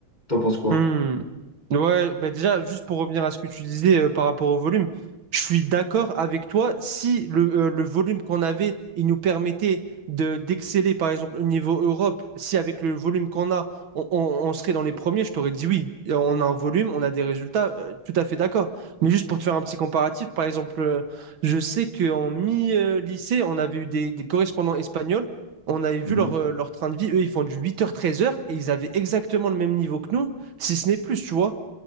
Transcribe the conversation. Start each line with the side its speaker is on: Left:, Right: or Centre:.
Left: T'en penses quoi?
Right: hmm Ouais, bah déjà, juste pour revenir à ce que tu disais euh, par rapport au volume, je suis d'accord avec toi. Si le, euh, le volume qu'on avait, il nous permettait de d'exceller, par exemple, au niveau Europe, si avec le volume qu'on a, on, on- on serait dans les premiers, je t'aurais dit oui. Et On a un volume, on a des résultats, euh, tout à fait d'accord. Mais juste pour te faire un petit comparatif, par exemple, euh, je sais qu'en mi-lycée, on avait eu des, des correspondants espagnols, on avait vu
Left: Mhm.
Right: leur, euh, leur train de vie, eux, ils font du huit heures treize heures et ils avaient exactement le même niveau que nous, si ce n'est plus, tu vois.